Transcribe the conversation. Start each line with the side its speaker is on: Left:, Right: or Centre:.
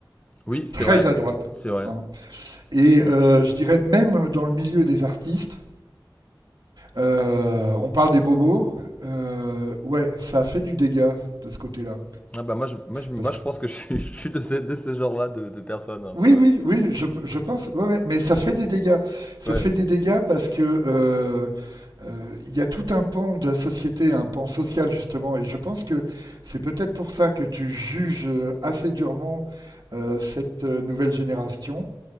Left: oui, c'est
Right: très
Left: vrai,
Right: à droite.
Left: c'est vrai.
Right: hein. Et
Left: Mm.
Right: euh, je dirais même dans le milieu des artistes. Euh, on parle des bobos. Euh, ouais, ça a fait du dégât de ce côté-là.
Left: Ah bah moi je, moi, je, moi,
Right: Parce
Left: je
Right: que.
Left: pense que je suis, <laughs> je suis de ce, de ce genre-là de, de personnes un peu.
Right: Oui,
Left: Ouais.
Right: oui, oui, je, je pense. ouais, ouais, mais ça fait des dégâts. Ça
Left: Ouais.
Right: fait des dégâts parce que euh, euh, il y a tout un pan de la société, un pan social justement, et je pense que c'est peut-être pour ça que tu juges euh, assez durement euh, cette euh, nouvelle génération,